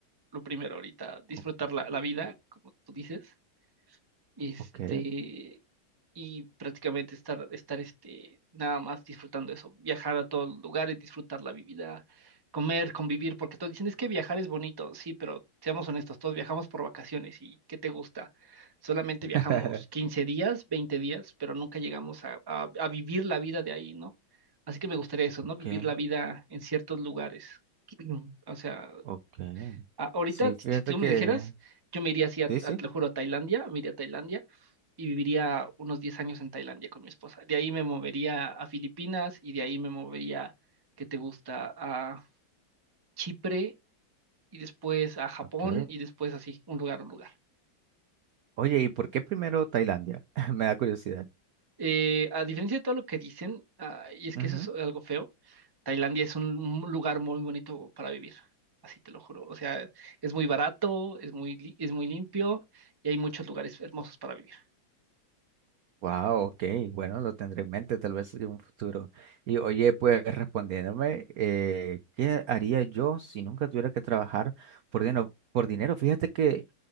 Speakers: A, on the right (about 20°); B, on the right (about 70°).
A: Lo primero ahorita, disfrutar
B: O-
A: la, la vida, como tú dices, este,
B: Ok.
A: y prácticamente estar, estar este, nada más disfrutando eso, viajar a todos los lugares, disfrutar la vida, comer, convivir, porque todos dicen, es que viajar es bonito, sí, pero seamos honestos, todos viajamos por vacaciones y ¿qué te gusta? Solamente
B: <laughs>
A: viajamos 15 días, 20 días, pero nunca llegamos a, a- a vivir la vida de ahí, ¿no? Así que me gustaría eso,
B: Ok,
A: ¿no? Vivir la vida en ciertos lugares. <clears throat> O sea,
B: ok.
A: a- ahorita,
B: Sí, fíjate
A: si, si tú
B: que...
A: me lo dijeras, yo me iría así, a,
B: Sí, sí.
A: a- te lo juro, a Tailandia, me iría a Tailandia y viviría unos 10 años en Tailandia con mi esposa. De ahí me movería a Filipinas y de ahí me movería, ¿qué te gusta? A Chipre y después a Japón
B: Ok.
A: y después así, un lugar, un lugar.
B: Oye, ¿y por qué primero Tailandia? <laughs> Me da curiosidad.
A: Eh, a diferencia de todo lo que dicen, ah, y es
B: Ujú.
A: que eso es algo feo, Tailandia es un un lugar muy bonito para vivir, así te lo juro. O sea, es muy barato, es muy, li- es muy limpio y hay muchos lugares hermosos para vivir.
B: Wow, ok. Bueno, lo tendré en mente tal vez en un futuro. Y oye, pues respondiéndome, eh, ¿qué haría yo si nunca tuviera que trabajar por dinero? Por dinero, fíjate que